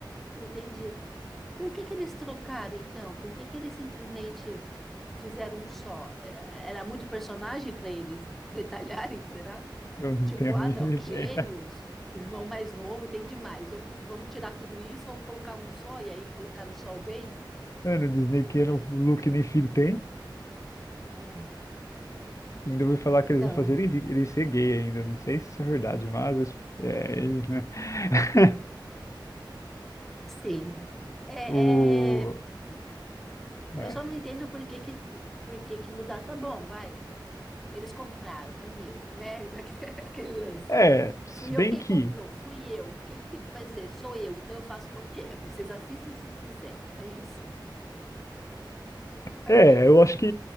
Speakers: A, in the centre; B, on the left.
A: Entendi. Por que que eles trocaram, então? Por que que eles simplesmente fizeram um só? Eh, Era muito personagem para eles detalharem, será?
B: Eu não
A: Tipo,
B: tenho a
A: ah,
B: mínima
A: não,
B: <laughs>
A: gêmeos,
B: ideia.
A: irmão mais novo, tem demais. Vamos, vamos tirar tudo isso, vamos colocar um só, e aí colocar o sol bem?
B: Mano, Disney que era o Luke nem filho tem.
A: Ah,
B: Ainda vou falar que eles
A: então,
B: vão fazer ele, ele ser gay ainda. Não sei se isso é verdade, mas é, <laughs>
A: sim. É,
B: o
A: é, eu
B: é.
A: só não entendo por que que, por que que mudar. Tá bom, vai. Eles compraram, é meu, né? <laughs> Aquele lance.
B: É, se
A: Fui eu
B: bem
A: quem
B: que
A: comprou, fui eu. Quem que tem que fazer? Sou eu, então eu faço o que eu quero. Vocês assistem se quiser. É isso. É
B: É,
A: bem.
B: eu acho que